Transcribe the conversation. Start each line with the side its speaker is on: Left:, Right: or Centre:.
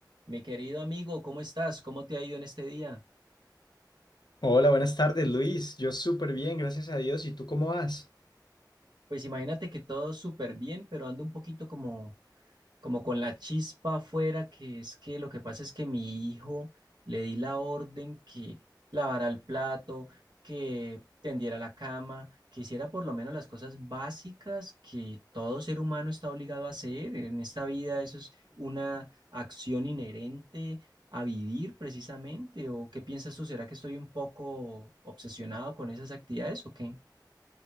Right: Mi querido amigo, ¿cómo estás? ¿Cómo te ha ido en este día?
Left: Hola, buenas tardes, Luis. Yo súper bien, gracias a Dios. ¿Y tú cómo vas?
Right: Pues imagínate que todo súper bien, pero ando un poquito como, como con la chispa afuera, que es que lo que pasa es que mi hijo le di la orden que lavara el plato, que tendiera la cama, que hiciera por lo menos las cosas básicas que todo ser humano está obligado a hacer. En esta vida eso es una acción inherente a vivir precisamente. ¿O qué piensas tú? ¿Será que estoy un poco obsesionado con esas actividades o qué?